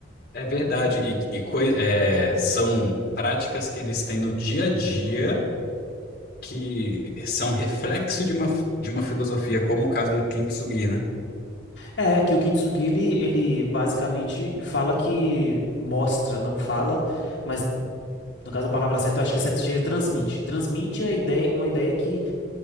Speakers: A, on the left; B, on the left.
A: é verdade. E, e coi- é, são práticas que eles têm no dia a dia que são reflexo de uma, de uma filosofia, como o caso do Kintsugi, né?
B: É que o Kintsugi ele, ele basicamente fala que mostra, não fala, mas no caso a palavra certa eu acho que seja transmite, transmite a ideia, uma ideia que